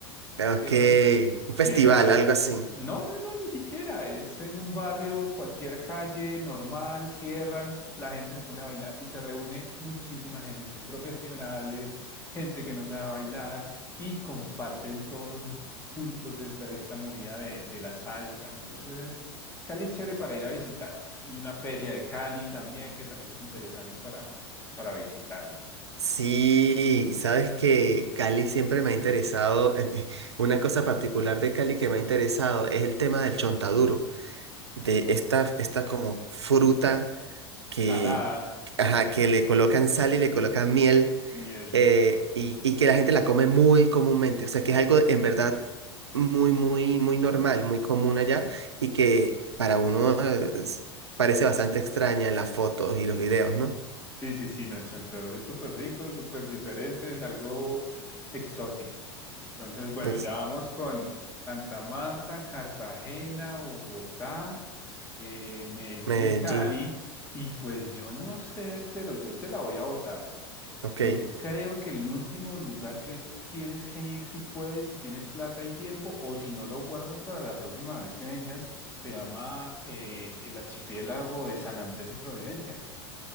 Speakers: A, on the right; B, on the left.
A: Ok,
B: Cierran,
A: un festival,
B: llega
A: algo así.
B: no, no, no, ni siquiera. Es en un barrio, cualquier calle normal, cierran, la gente se pone a bailar y se reúne muchísima gente, profesionales, gente que no sabe bailar y comparten todos juntos esta, esta movida de, de la salsa. Entonces es Cali es chévere para ir a visitarla. Y una feria de Cali también, que también es interesante para, para visitarla.
A: Sí, sabes que Cali siempre me ha interesado, em, eh, una cosa particular de Cali que me ha interesado es el tema del chontaduro, de esta, esta como fruta que,
B: Salada,
A: ajá, que le colocan sal y le colocan miel
B: miel.
A: eh, y, y que la gente la come muy comúnmente, o sea que es algo en verdad muy, muy, muy normal, muy común allá y que para uno eh, es- parece bastante extraña en las fotos y los videos, ¿no?
B: Sí, sí, sí, no, el chantadur es súper rico, es súper diferente, es algo exótico. Entonces, bueno,
A: Es
B: ya vamos con Santa Marta, Cartagena, Bogotá, eh, Medellín
A: Medellín,
B: y Cali. Y pues yo no sé, pero yo te la voy a votar.
A: ok.
B: Yo creo que el último lugar que tienes que ir, si puedes, si tienes plata y tiempo, o si no lo guardas para la próxima vez que vengas, se llama eh, el archipiélago de San Andrés y Providencia.